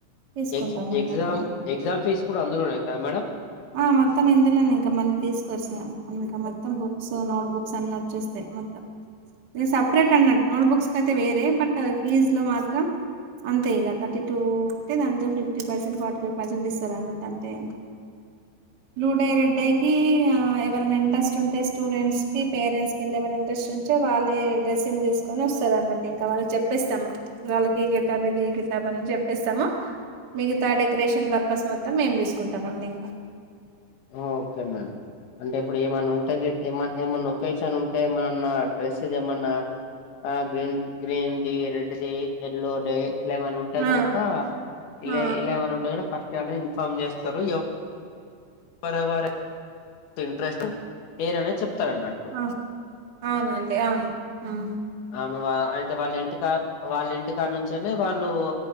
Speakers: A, on the right; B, on the left.
A: తీసుకుంటాం
B: ఎగ్జ్
A: అన్నట్టు
B: ఎగ్జామ్ ఎగ్జామ్ ఫీజ్ కూడ అందులోనే కదా మేడం
A: ఆ మొత్తం ఇందులోనే ఇంక మళ్ళీ తీసుకోరు సార్ ఇంక మొత్తం బుక్స్ నోట్ బుక్స్ అన్ని వచ్చేస్తయ్ మొత్తం ఇగ సెపరేట్ అన్నట్టు నోట్స్ బుక్స్కి అయితే వేరే బట్ ఫీజులు మాత్రం అంతే ఇగ థర్టీ టూ ఉంటే దాంతో fifty percent forty five percent ఇస్తరు అన్నట్టు అంతే ఇంక బ్లూడే రెడ్డే కి ఆ ఎవరైన ఇంట్రెస్ట్ ఉంటే స్టూడెంట్స్ కి పేరెంట్స్ ఎం ఆయన ఇంట్రెస్ట్ ఉంటే వాళ్లే డ్రెస్ చేంజ్ చేసుకొని ఒస్తారు అన్నట్టు ఇంకా వాళ్ళకి చెపేస్తాం ఇంకా వాళ్ళకి ఈ గేటప్ ఈ గేటప్ అని చెప్పేస్తము మిగతా డెకరేషన్ పర్పస్ మొత్తం మేము చూసుకుంటం అండి ఇంక
B: ఓకే మ్యామ్ అంటే ఇప్పుడు ఏమైన్న ఉంటది ఏమన్ ఏమన్న ఒకేషన్ ఉంటే ఏమన్నా డ్రెస్స్ దేమన్నా ఆ గ్రీన్ గ్రీన్ ది రెడ్ ది యెల్లో డే ఇలా ఏమన్న ఉంటే
A: ఆ
B: గనక
A: ఆ
B: ఇల ఇలా ఏమన్న ఉంటే గన ఫస్ట్ ఏమన్న ఇన్ఫార్మ్ చేస్తరు ఎవ వరెవరే ఇంట్రెస్ట్ పేరైన చెప్తారు అన్నట్టు
A: అ అవునండి అవును హ్మ
B: అవును ఆ అయితే వాళ్ళింటికా వల్ల ఇంటి కడనుంచి వాళ్ళు